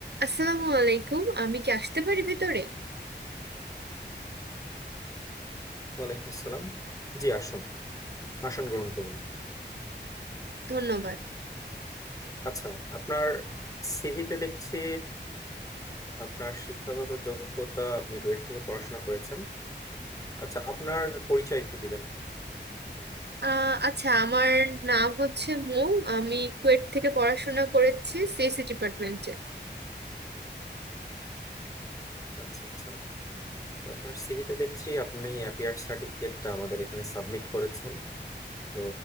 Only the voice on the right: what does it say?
আসসালামু আলাইকুম আমি কি আসতে পারি ভিতরে
ধন্যবাদ
আহ, আচ্ছা আমার নাম হচ্ছে মৌ আমি কুয়েট থেকে পড়াশোনা করেছি সিএসি ডিপার্টমেন্টে